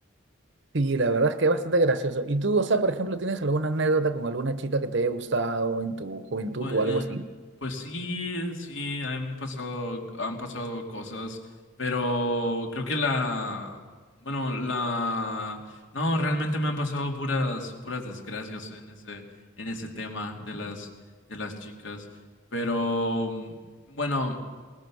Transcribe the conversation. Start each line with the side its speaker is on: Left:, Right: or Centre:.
Right: Sí, la verdad es que es bastante gracioso. ¿Y tú, o sea, por ejemplo, tienes alguna anécdota con alguna chica que te haya gustado en tu juventud
Left: Bueno,
Right: o algo así?
Left: pues sí, sí, han pasado, han pasado cosas, pero creo que la, bueno, la, no, realmente me han pasado puras, puras desgracias en ese, en ese tema de las, de las chicas, pero mm, bueno